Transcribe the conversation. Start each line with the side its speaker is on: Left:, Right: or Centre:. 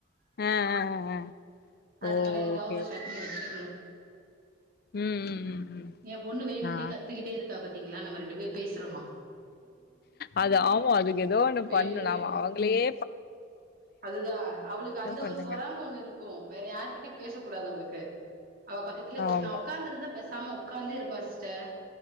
Left: ஆ ஆ ஆ ஆ
Right: அதுனால
Left: ஓ
Right: ஏதாவு
Left: ஓகே
Right: ஒரு
Left: ஓகே
Right: சட்னி வச்சிகுணு
Left: ம் ம் ம் ம்
Right: எ பொண்ணு வேணும்னே
Left: ஆ
Right: கத்துக்கிட்டே இருக்கா பாத்தீங்களா நம்ம ரெண்டு பேர் பேசுறோமா
Left: அது ஆமா அதுக்கு ஏதோ ஒன்னு
Right: வேணும்னே
Left: பண்ணுனு நாம அவுங்களயே
Right: அதுதா அவளுக்கு அந்த
Left: பண்ணுங்க
Right: ஒரு பொறாம ஒண்ணு இருக்கு வேற யார்கிட்டயு பேசக்க கூடாது அவ்ளுக்கு அவ பக்கத்துலே
Left: ஆமா
Right: நா உக்காந்து இருந்தா பேசாம உக்காந்தே இருப்பா சிஸ்டர்